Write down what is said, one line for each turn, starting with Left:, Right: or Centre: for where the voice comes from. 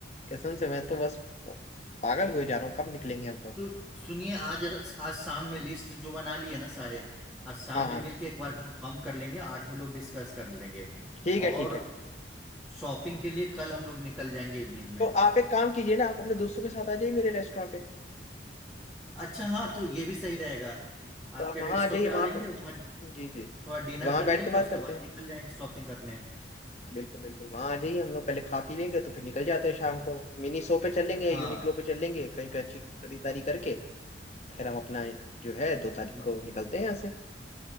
Left: कसम से मैं तो बस पागल हुए जा रहा हूँ कब निकलेंगे हम लोग
Centre: तो सुनिए आज आज शाम में लिस्ट जो बना ली है ना सारे आज शाम
Left: हाँ
Centre: में
Left: हाँ
Centre: मिलके एक बार कंफर्म कर लेंगे आठों लोग डिस्कस कर लेंगे
Left: ठीक है
Centre: और
Left: ठीक है
Centre: शॉपिंग के लिए कल हम लोग निकल जाएंगे इवनिंग में
Left: तो आप एक काम कीजिए ना आप अपने दोस्तों के साथ आ जाइए मेरे रेस्टोरेंट पे
Centre: अच्छा हाँ तो ये भी सही रहेगा
Left: तो
Centre: आपके
Left: आप वहाँ
Centre: रेस्टों
Left: आ जाइए
Centre: पे
Left: वहाँ
Centre: आ लेंगे
Left: पे-
Centre: वहाँ
Left: जी जी
Centre: थोड़ा डिनर
Left: वहाँ
Centre: कर
Left: बैठ
Centre: लेंगे
Left: के बात
Centre: उसके
Left: करते
Centre: बाद
Left: हैं
Centre: निकल जाएंगे शॉपिंग करने
Left: बिल्कुल बिल्कुल वहां आ जाइए हम लोग पहले खा पी लेंगे तो फिर निकल जाते हैं शाम को मिनी शो पे चल लेंगे
Centre: हाँ
Left: यूनिक्लो पे चल लेंगे कहीं पे अच्छी खरीदारी करके फिर हम अपना जो है दो तारीख
Centre: म-
Left: को निकलते हैं यहाँ से